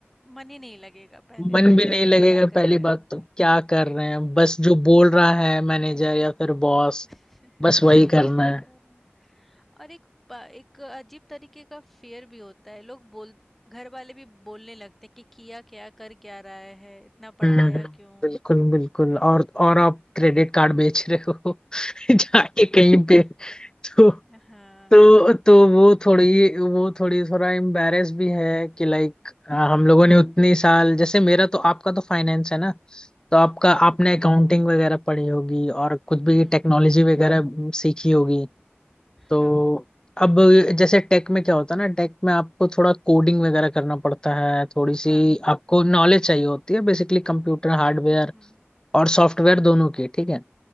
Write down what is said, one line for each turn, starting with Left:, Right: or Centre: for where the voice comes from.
Centre: मन ही नहीं लगेगा पहले
Left: मन
Centre: उसमें
Left: भी नहीं
Centre: कि
Left: लगेगा
Centre: हम क्या कर
Left: पहली
Centre: रहे
Left: बात तो क्या कर रहे हैं बस जो बोल रहा है मैनेजर या फिर बॉस
Centre: हैं
Left: बस
Centre: <laughs> बस
Left: वही
Centre: वही
Left: करना
Centre: करते
Left: है
Centre: जा रहे हैं और एक प- एक अजीब तरीके का फेयर भी होता है लोग बोल घर वाले भी बोलने लगते हैं कि किया क्या कर क्या रहा है इतना पढ़ाया
Left: हम्म हम्म,
Centre: क्यों
Left: बिल्कुल बिल्कुल और और आप क्रेडिट कार्ड बेच रहे हो <laughs> जाके
Centre: <laughs>
Left: कहीं पे तो
Centre: हाँ
Left: तो तो वो थोड़ी वो थोड़ी थोड़ा
Centre: हम्म
Left: एम्बैरेस भी है कि लाइक हम
Centre: हम्म
Left: लोगों ने उतनी साल जैसे मेरा तो आपका तो फाइनेंस है ना तो आपका
Centre: हम्म
Left: आपने
Centre: हम्म
Left: अकाउंटिंग वगैरह पढ़ी होगी और कुछ भी
Centre: हम्म
Left: टेक्नोलॉजी
Centre: हम्म
Left: वगैरह
Centre: हम्म।
Left: म, सीखी होगी तो
Centre: हाँ हाँ
Left: अब जैसे टेक में क्या होता है ना टेक में आपको थोड़ा कोडिंग वगैरह करना पड़ता है थोड़ी सी
Centre: हाँ
Left: आपको नॉलेज चाहिए होती है बेसिकली कंप्यूटर हार्डवेयर
Centre: हम्म हम्म
Left: और सॉफ्टवेयर दोनों की ठीक है